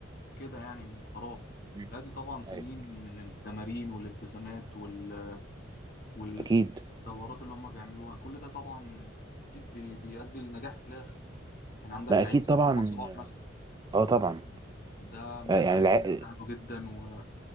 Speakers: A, on the left; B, on the right.
A: كده يعني من فراغ
B: مم.
A: لا دي طبعا سنين
B: ايوه
A: من التمارين والالتزامات وال... والدورات
B: اكيد
A: اللي هم بيعملوها كل ده طبعا أكيد بي... بيؤدي لنجاح في الآخر يعني عندك
B: ما اكيد
A: لعيب زي
B: طبعا
A: محمد صلاح مثلا
B: اه طبعا
A: ده من
B: آه
A: اللعيبة
B: يعني الع...
A: اللي اجتهدوا جدا و...